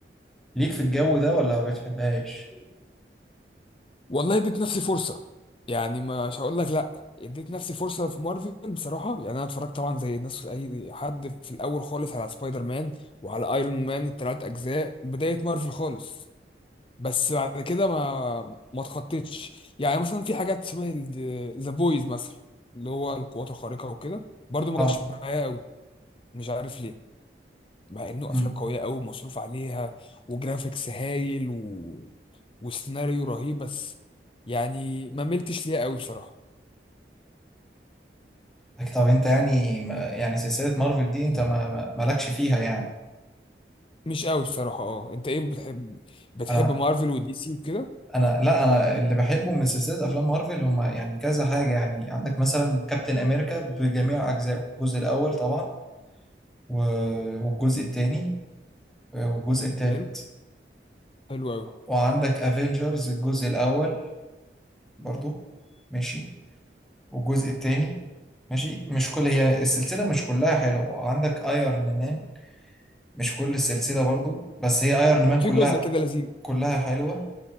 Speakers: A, in the centre; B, on the left (about 30°).
A: ليك في الجو ده ولا ما بتحبهاش
B: والله اديت نفسي فرصة يعني مش هقول لك لا اديت نفسي فرصة في مارفل بصراحة يعني انا اتفرجت طبعا زي الناس اي حد في الاول خالص على سبايدر مان وعلى ايرون مان التلات اجزاء بداية مارفل خالص بس بعد كده ما ما اتخطيتش يعني مثلا في حاجات شبه ذا بويز مثلا اللي هو القوات الخارقة وكده برضو ما
A: اه
B: جاش معايا قوي مش عارف ليه مع انه
A: امم
B: افلام قوية قوي ومصروف عليها وجرافيكس هايل و... وسيناريو رهيب بس يعني ما ملتش ليها قوي بصراحة
A: لكن طب انت يعني ما يعني سلسلة مارفل دي انت ما ما- مالكش فيها يعني
B: مش قوي بصراحة اه انت ايه بتحب بتحب
A: انا
B: مارفل ودي سي وكده
A: انا لا انا اللي بحبه من سلسلة افلام مارفل هم يعني كذا حاجة يعني عندك مثلا كابتن امريكا بجميع اجزائه الجزء الاول طبعا و- والجزء الثاني والجزء الثالث
B: حلو حلو قوي
A: وعندك افنجرز الجزء الاول برضو ماشي والجزء الثاني ماشي مش كل هي السلسلة مش كلها حلوة عندك ايرون مان مش كل السلسلة برضو بس هي ايرون مان
B: وفي
A: كلها
B: جزء كده لذيذ
A: كلها حلوة